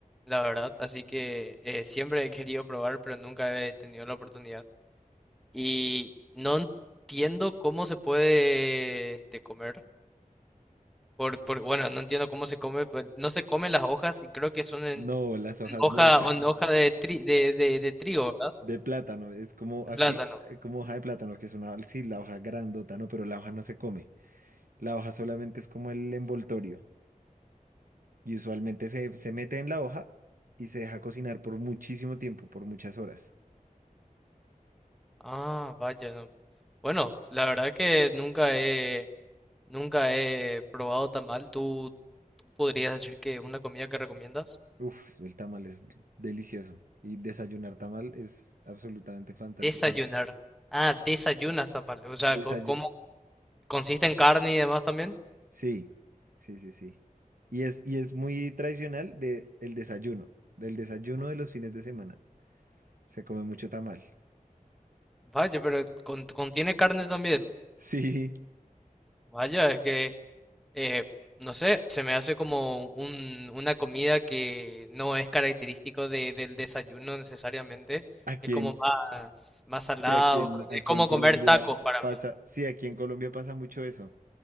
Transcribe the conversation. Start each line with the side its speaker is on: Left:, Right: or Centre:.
Centre: la verdad, así que eh, siempre he querido probar, pero nunca he tenido la oportunidad. Y no entiendo cómo se puede este, comer. Por, por, bueno, no entiendo cómo se come. pues, No se comen las hojas y creo que son en
Right: No, las hojas
Centre: hoja,
Right: no, <laughs>
Centre: en hoja de, tri- de, de, de trigo, ¿verdad?
Right: de plátano, es como
Centre: De
Right: aquí,
Centre: plátano.
Right: eh, como hoja de plátano, que es una, sí, la hoja grandota, no, pero la hoja no se come, la hoja solamente es como el envoltorio y usualmente se, se mete en la hoja y se deja cocinar por muchísimo tiempo, por muchas horas.
Centre: Ah, vaya, no. Bueno, la verdad que nunca he, nunca he probado tamal. ¿Tú, tú podrías decir que es una comida que recomiendas?
Right: Uf, el tamal es delicioso. Y desayunar tamal es absolutamente fantástico.
Centre: Desayunar. Ah, desayunas tamal. O sea,
Right: Desayu-
Centre: co- ¿cómo consiste en carne y demás también?
Right: Sí, sí, sí, sí. Y es, y es muy tradicional de el desayuno, del desayuno de los fines de semana. Se come mucho tamal. <laughs>
Centre: Vaya, pero con- contiene carne también.
Right: Sí,
Centre: Vaya, es que, eh, no sé, se me hace como un, una comida que no es característico de- del desayuno necesariamente.
Right: aquí
Centre: Es como
Right: en,
Centre: más, más salado.
Right: sí, aquí en,
Centre: Es
Right: aquí
Centre: como
Right: en Colombia
Centre: comer tacos para
Right: pasa,
Centre: mí.
Right: sí, aquí en Colombia pasa mucho eso.